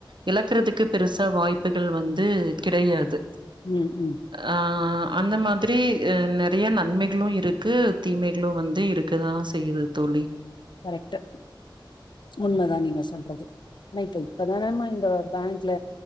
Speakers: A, on the right (about 65°); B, on the left (about 60°).
A: இழக்குறதுக்கு பெருசா வாய்ப்புகள் வந்து கிடையாது
B: ம் ம்
A: ஆ அந்த மாத்ரி நெறைய நன்மைகளு க்கு தீமைகளு வந்து இருக்கதா செய்யுது தோழி
B: கரெக்ட்டு உண்மதா நீங்க சொல்றது இப்ப இப்பதானம்மா இந்த பேங்க்ல